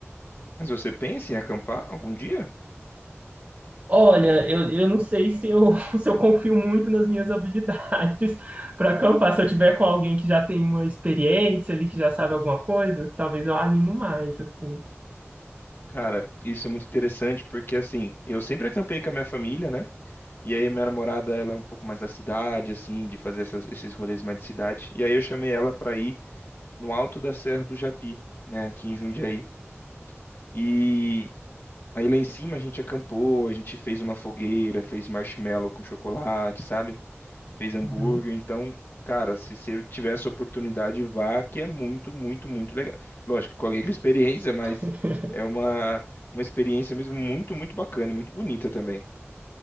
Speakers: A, on the left (about 50°); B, on the right (about 35°).
A: Mas você pensa em acampar algum dia?
B: Olha, eu, eu não sei se eu, <laughs> se eu confio muito nas minhas habilidades <laughs> para acampar. Se eu tiver com alguém que já tem uma experiência ali, que já sabe alguma coisa, talvez eu animo mais, assim.
A: Cara, isso é muito interessante porque assim, eu sempre acampei com a minha família, né? E aí minha namorada, ela é um pouco mais da cidade, assim, de fazer essas- esses rolês mais de cidade. E aí eu chamei ela pra ir no alto da Serra do Japi, né? Aqui em Jundiaí. E aí lá em cima a gente acampou, a gente fez uma fogueira, fez marshmallow com chocolate, sabe? fez hambúrguer.
B: Uhum.
A: Então, cara, se você tiver essa oportunidade, vá, que é muito, muito, muito legal. Lógico, com alguém com experiência, mas
B: <laughs>
A: é uma, uma experiência mesmo muito, muito bacana e muito bonita também.